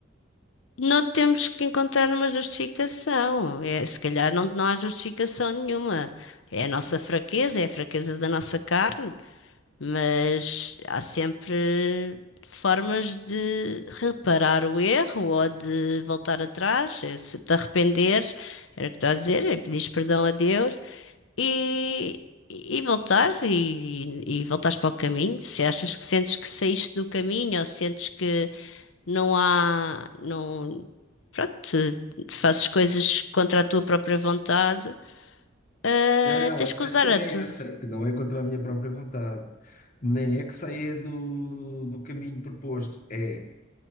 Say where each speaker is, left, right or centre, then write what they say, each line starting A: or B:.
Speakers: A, on the left; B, on the left.
A: Não temos que encontrar uma justificação. É, se calhar não, não há justificação nenhuma. É a nossa fraqueza, é a fraqueza da nossa carne. mas há sempre formas de reparar o erro ou de voltar atrás. Eh, Se te arrependeres, era o que estou a dizer, é pedires perdão a Deus e, e voltares e, e voltares para o caminho. Se achas que sentes que saíste do caminho ou sentes que não há, não, pronto, te- fazes coisas contra a tua própria vontade, eh,
B: Não,
A: tens
B: a
A: que usar
B: a cena
A: a tua.
B: é essa, é que não é contra a minha própria vontade, nem é que saia do, do caminho proposto, é